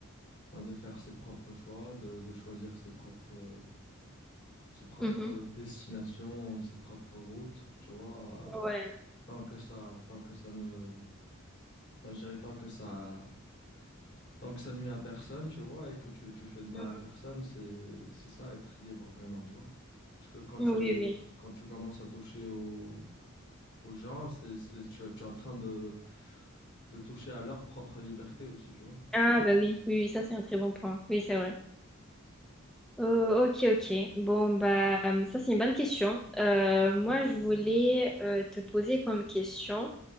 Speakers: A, on the left; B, in the centre.
A: ben, de faire ses propres choix, de, de choisir ses propres, euh, ses propres
B: Mhm.
A: destinations, ses propres routes, tu vois. euh,
B: Ouais.
A: Tant que ça, tant que ça ne, ben, je dirais tant que ça, Tant que ça nuit à personne, tu vois, et que tu, tu fais de mal
B: Ouais.
A: à personne, c'est, c'est ça, être libre vraiment, tu vois. Parce que quand
B: Oui,
A: tu,
B: oui.
A: quand tu commences à toucher au- aux gens, c'est, c'est, tu, tu es en train de, de toucher à leur propre liberté aussi, tu vois.
B: Ah, bah oui, oui, oui, ça c'est un très bon point. Oui, c'est vrai. Oh, ok, ok. Bon, bah, ça c'est une bonne question. Euh, moi, je voulais euh, te poser comme question,